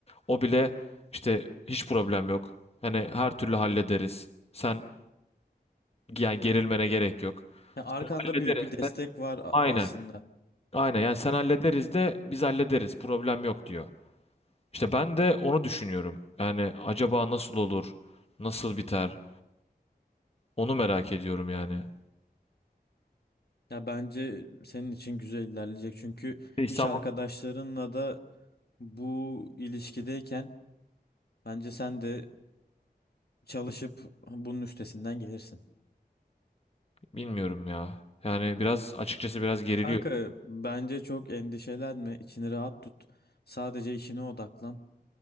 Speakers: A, on the left; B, on the left.
A: o bile işte hiç problem yok. Hani her türlü hallederiz. Sen yani gerilmene gerek yok.
B: Ya arkanda
A: Hallederiz
B: büyük bir destek
A: de.
B: var a-
A: Aynen.
B: aslında.
A: Aynen yani sen hallederiz de biz hallederiz. Problem yok diyor. İşte ben de onu düşünüyorum. Yani acaba nasıl olur? Nasıl biter? Onu merak ediyorum yani.
B: Ya bence senin için güzel ilerleyecek çünkü
A: İşte İstanbul
B: iş arkadaşlarınla da bu ilişkideyken bence sen de çalışıp bunun üstesinden gelirsin.
A: bilmiyorum ya. Yani biraz açıkçası biraz geriliyor.
B: Kanka bence çok endişelenme, içini rahat tut. Sadece işine odaklan.